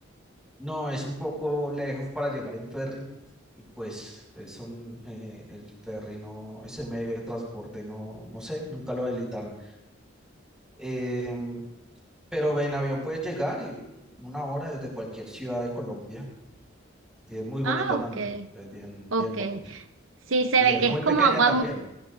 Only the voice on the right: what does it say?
Ah, ok,
ok,
sí, se
ve
que
es
como agua,